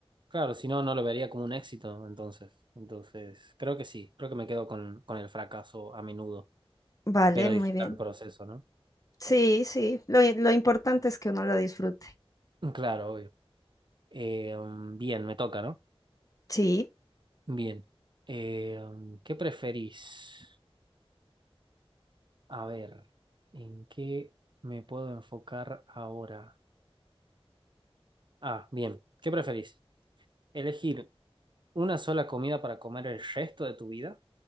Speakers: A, on the right; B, on the left.
A: claro, si no, no lo vería como un éxito, entonces. Entonces, creo que sí, creo que me quedo con, con el fracaso a menudo,
B: Vale,
A: pero disfrutar
B: muy bien.
A: el proceso, ¿no?
B: Sí, sí, lo, i- lo importante es que uno lo disfrute.
A: Mm, Claro, obvio. Eh, um, bien, me toca, ¿no?
B: Sí,
A: Bien. Eh, um, ¿qué preferís? A ver, ¿en qué me puedo enfocar ahora? Ah, bien. ¿Qué preferís? ¿Elegir una sola comida para comer el resto de tu vida?